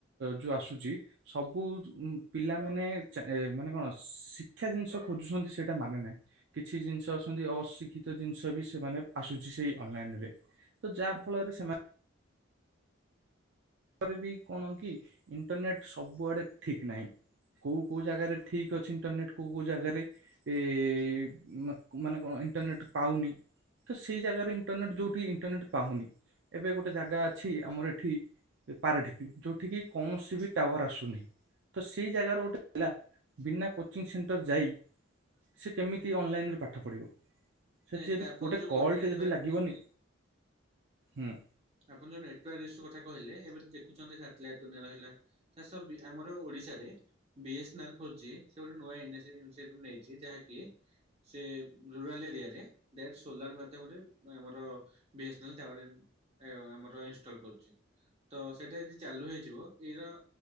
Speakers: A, on the right; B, on the right.
A: ଯୋଉ ଆସୁଛି। ସବୁ ପିଲା ମାନେ ଚାଏ ମାନେ କଣ? ସିଇ-ଶିକ୍ଷା ଜିନିଷ ଖୋଜୁଛନ୍ତି। ସେଇଟା ମାନେ ନାହିଁ କିଛି ଜିନିଷ ଅଛନ୍ତି, ଅଶିକ୍ଷିତ ଜିନିଷ ବି ସେମାନେ ଆସୁଛି ସେଇ ଅନ୍ ଲାଇନ୍ ରେ। ତ ଯାହା ଫଳରେ ସେମାନେ ତାପରେ ବି କଣ କି ଇଣ୍ଟରନେଟ୍ ସବୁଆଡେ ଠିକ୍ ନାହିଁ। କୋଉ କୋଉ ଜାଗାରେ ଠିକ୍ ଅଛି ଇଣ୍ଟରନେଟ। କୋଉ କୋଉ ଜାଗାରେ ଏ-ଏ ମା-ମାନେ କଣ ଇଣ୍ଟରନେଟ୍ ପାଉନି। ତ ସେଇ ଜାଗାରେ ଇଣ୍ଟରନେଟ ଯୋଉଠି ଇଣ୍ଟରନେଟ୍ ପାଉନି ଏବେ ଗୋଟେ ଜାଗା ଅଛି। ଆମର ଏଠି ପାରାଡିପି ଯୋଉଠିକି କୌଣସି ବି ଟାୱାର ଆସୁନି। ତ ସେଇ ଜାଗାର ଗୋଟେ ପିଲା ବିନା କୋଚିଂ ସେଣ୍ଟର ଯାଇ ସେ କେମିତି ଅନଲାଇନ୍ରେ ପାଠ ପଢ଼ିବ? ସେଠି
B: ନାଇଁ
A: ଯଦି
B: ତା ଆପଣ
A: ଗୋଟେ
B: ଯୋଉ
A: କଲ୍
B: କହିଲେ ନେଟୱାର୍କ
A: ଟେ ଯଦି ଲାଗିବନି, ହୁଁ,
B: ଆପଣ ଯୋଉ ନେଟୱାର୍କ ଇସୁ କଥା କହିଲେ, ଏବେ ଦେଖୁଛନ୍ତି ସାଟ୍ ଲାଇଟ ଦୁନିଆର ହେଲା ତା ସବ୍ ବି ଆମର ଓଡ଼ି ଓଡ଼ିଶା ରେ ବିଏ୍ସନେଲ୍ ଫୋର୍ ଜି, ସେ ଗୋଟେ ନୂଆ ଏନ୍ ସେ ଏନେସେରି ନେଇଛି ଯାହାକି ସେ ରୁରାଲ୍ ଏରିଆରେ ଡାଇରେକ୍ଟ ସୋଲାର ମାଧ୍ୟ୍ୟମରେ, ଆମର ବିଏ୍ସନେଲ୍ ଟାୱାର ଇନ ଏ ଆମର ଇନଷ୍ଟଲ କରୁଛି। ତ ସେଇଟା ଯଦି ଚାଲୁ ହେଇଯିବ ଏଇର